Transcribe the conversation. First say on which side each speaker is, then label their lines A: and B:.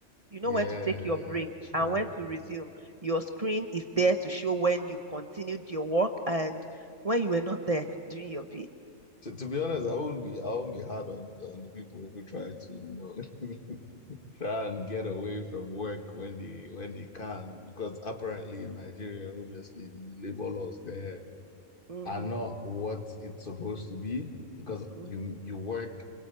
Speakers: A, on the right; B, on the left.
A: You know
B: yeah
A: when to take your break
B: true
A: and when to resume. Your screen is there to show when you continued your work and when you were not there <laughs> doing your bit.
B: to, to be honest I won't be I won't be hard on on the people who try to you know <laughs> Try and get away from work when they when they can, because apparently in Nigeria, obviously the labor laws there
A: hmm
B: are not what it's supposed to be, because
A: hmm
B: you you work